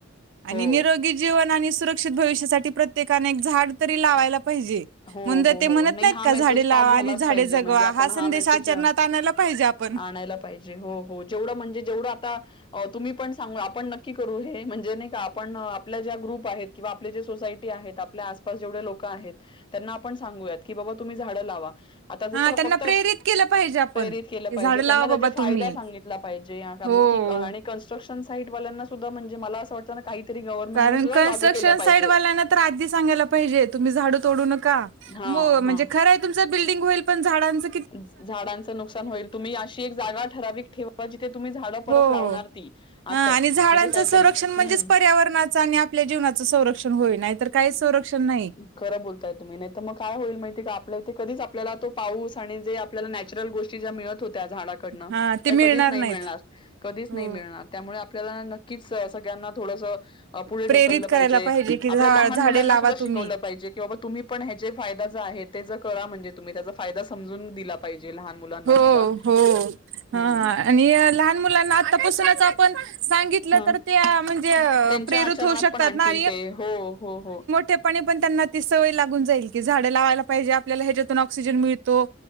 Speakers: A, on the left; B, on the right.
A: हो.
B: आणि नि जीवन आणि सुरक्षित भविष्यासाठी प्रत्येकाने एक झाड तरी लावायला पाहिजे.
A: हो,
B: मु
A: हो,
B: ते
A: हो.
B: म्हणत
A: नाही
B: नाहीत
A: हा
B: का
A: मेसेज
B: झाडे लावा
A: पास
B: आणि
A: झालाच
B: झाडे
A: पाहिजे
B: जगवा
A: म्हणजे आपण
B: हा संदेश
A: मेसेज
B: आचरणात आणायला पाहिजे आपण.
A: आणायला पाहिजे हो हो जेवढं म्हणजे जेवढं आता तुम्ही पण सांगू आपण नक्की करू हे म्हणजे नाही का आपण आपल्या ज्या ग्रुप आहेत. किंवा आपली जे सोसायटी आहेत आपल्या आसपास जेवढे लोक आहेत. त्यांना आपण सांगूयात, की बाबा तुम्ही झाडं लावा. आता
B: हा
A: जसं
B: त्यांना
A: फक्त,
B: प्रेरित केलं पाहिजे आपण
A: प्रेरित
B: की
A: केलं पाहिजे,
B: झाड लावा
A: त्यांना
B: बाबा
A: त्याचा फायदा
B: तुम्ही.
A: सांगितला पाहिजे. कारण
B: हो
A: की आणि कन्स्ट्रक्शन साईट वाल्यांना सुद्धा, म्हणजे मला असं वाट तना काहीतरी गवर्नमेंटनी
B: कारण
A: सुद्धा
B: कन्स्ट्रक्शन
A: लागू केलं पाहिजे.
B: साईडवाल्यांना तर आधी सगायला पाहीजे तुम्ही झाडं तोडू नका.
A: हा
B: मो म्हणजे
A: हा
B: खरंय, तुमच बिल्डंग होईल, पण झाडांच
A: झ झाडांचं नुकसान होईल. तुम्ही अशी एक जागा ठराविक ठेवा, बा जिथे तुम्ही झाडं
B: हो
A: परत लावणार ती.
B: हा
A: असं
B: आणि झाडांचं
A: म्हणजे काहीतरी,
B: संरक्षण म्हणजेच
A: हं.
B: पर्यावरणाचं आणि आपल्या जीवनाचं संरक्षण होईल. नाही तर काहीच संरक्षण नाही.
A: खरं बोलताय तुम्ही. नाही तर मग काय होईल माहितीय का? आपल्या इथे कधीच आपल्याला तो पाऊस आणि जे आपल्या नॅचरल गोष्टी ज्या मिळत होत्या, झाड कडन.
B: हा
A: त्या
B: ते
A: कधीच नाही
B: नाहीत
A: मिळणार. कधीच
B: हो
A: नाही मिळणार, त्यामुळे आपल्याला की स सगळ्यांना थोडसं पुढे ढकललं
B: प्रेरित करायला
A: पाहिजे.
B: की
A: आपल्या
B: झा
A: लहान
B: झाडे
A: मुलांना
B: लावा
A: सुद्धा शिकवलं
B: तुम्ही
A: पाहिजे, कि बाबा तुम्ही पण ह्याचे फायदा ज आहे ते ज करा. म्हणजे तुम्ही त्याचा फायदा समजून दिला पाहिजे लहान मुलांना
B: हो
A: सुद्धा
B: हो. हा,
A: हम्म
B: आणि लहान मुलांना आतापासूनच आप पण सांगितल
A: ह
B: तर त्या म्हणजे
A: त्यांच्या
B: प्रेरित
A: आचरणात
B: होऊ शकतात
A: पण आणतील
B: ना.
A: ते हो, हो हो.
B: तेपणी पण त्यांना ती सवय लागून जाईल. की झाडं लावायला पाहिजे आपल्याला ह्याच्यातून ऑक्सिजन मिळतो.